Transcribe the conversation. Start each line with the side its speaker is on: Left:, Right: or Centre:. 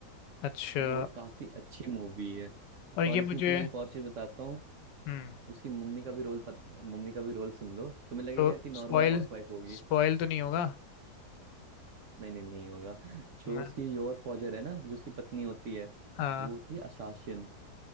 Left: अच्छा
Right: और काफी अच्छी मूवी है
Left: और ये
Right: और इसमें
Left: मुझे
Right: तुम्हें एक और चीज बताता हूँ
Left: हम्म
Right: उसकी मम्मी का भी रोल पत, मम्मी का भी रोल सुन लो तुम्हें लगेगा
Left: तो
Right: कि नॉर्मल
Left: स्पॉइल
Right: हाउसवाइफ होगी
Left: स्पॉइल तो नहीं होगा
Right: नहीं नहीं नहीं होगा जो
Left: हाँ
Right: उसकी योर फॉजर है ना जो उसकी पत्नी होती है
Left: हाँ
Right: वो होती है अशासिन